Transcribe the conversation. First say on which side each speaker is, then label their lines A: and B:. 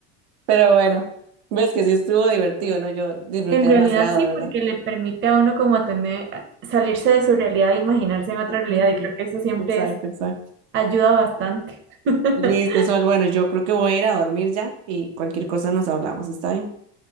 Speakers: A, on the right; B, on the right.
A: Pero bueno, ves que sí estuvo divertido, ¿no? Yo disfruté
B: En
A: demasiado,
B: realidad sí,
A: ¿verdad?
B: porque le permite a uno como tener, salirse de su realidad e imaginarse en otra realidad
A: Ujú.
B: y creo que eso siempre
A: Exacto,
B: es,
A: exacto.
B: ayuda bastante. <laughs>
A: Listo, Sol. Bueno, yo creo que voy a ir a dormir ya y cualquier cosa nos hablamos, ¿está bien?